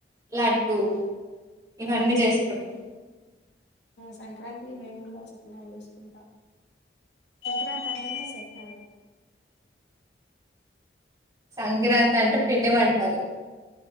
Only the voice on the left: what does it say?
సంక్రాంతికి మేము కూడ సకినాలు చేసుకుంటాం సంక్రాంతి అంటేనే సకినాలు క